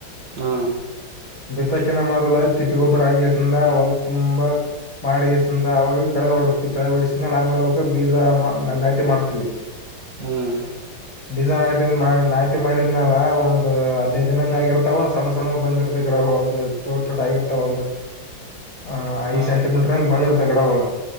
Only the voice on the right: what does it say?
ಹಾ
ಹ್ಮ್
ಹಾ